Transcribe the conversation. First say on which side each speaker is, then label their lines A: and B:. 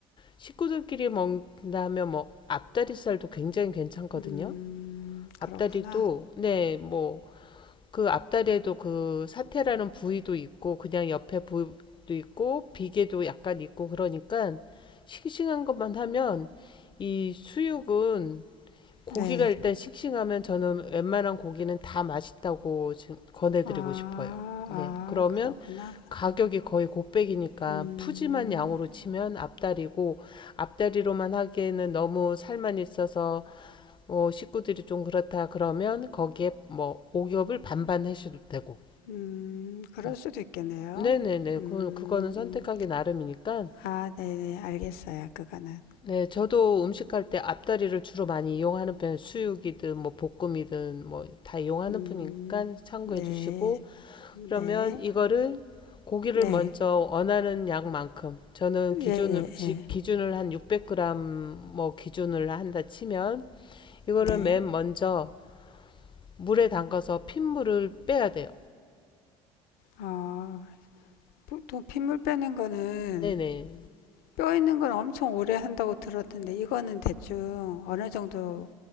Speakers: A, on the left; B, on the left.
A: 식구들끼리 먹는다면 뭐 앞다리살도 굉장히 괜찮거든요.
B: 음,
A: 앞다리도
B: 그렇구나.
A: 네, 뭐 그 앞다리에도 그 사태라는 부위도 있고 그냥 옆에 부위도 있고 비계도 약간 있고 그러니까 싱싱한 것만 하면 이 수육은 고기가
B: 네.
A: 일단 싱싱하면 저는 웬만한 고기는 다 맛있다고 지금 권해드리고
B: 아,
A: 싶어요.
B: 아,
A: 네, 그러면
B: 그렇구나.
A: 가격이 거의 곱백이니까
B: 음,
A: 푸짐한 양으로 치면 앞다리고 앞다리로만 하기에는 너무 살만 있어서 뭐 식구들이 좀 그렇다 그러면 거기에 뭐 오겹을 반반 해셔도 되고
B: 음, 그럴
A: 음.
B: 수도 있겠네요.
A: 네네네
B: 음,
A: 그 그거는 선택하기 나름이니까
B: 아, 네네, 알겠어요. 그거는.
A: 네 저도 음식할 때 앞다리를 주로 많이 이용하는 편 수육이든 뭐 볶음이든 뭐 다 이용하는
B: 음,
A: 편이니까 참고해
B: 네,
A: 주시고
B: 네,
A: 그러면 이거를 고기를
B: 네.
A: 먼저 원하는 양만큼 저는
B: 예,
A: 기준을
B: 예,
A: 지-
B: 예.
A: 기준을 한 600g 뭐 기준을 한다 치면 이거를
B: 네.
A: 맨 먼저 물에 담가서 핏물을 빼야 돼요.
B: 어, 보통 핏물 빼는 거는
A: 네네.
B: 뼈 있는 건 엄청 오래 한다고 들었는데 이거는 대충 어느 정도